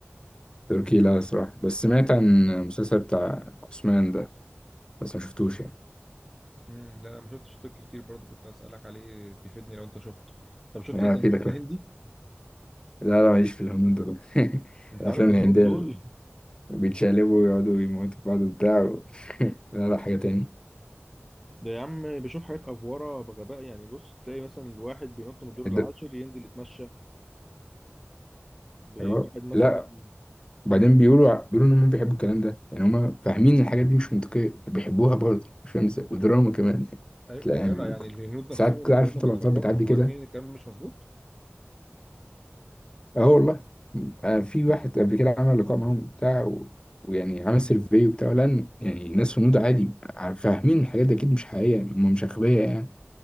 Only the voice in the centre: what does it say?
امم ده انا ما شفتش تركي كتير برضو كنت اسالك عليه تفيدني لو انت شفته طب شفت
ايه تاني
شفت هندي؟
انت
عارف الهنود
دول
ده يا عم بيشوف حاجات افوره بغباء يعني بص تلاقي مثلا الواحد بينط من الدور العاشر
ينزل يتمشى بواحد
مثلا
مم.
ايوه
يا
جدع يعني
الهنود نفسهم
هم
بيتفرجوا
عارفين ان الكلام مش مظبوط؟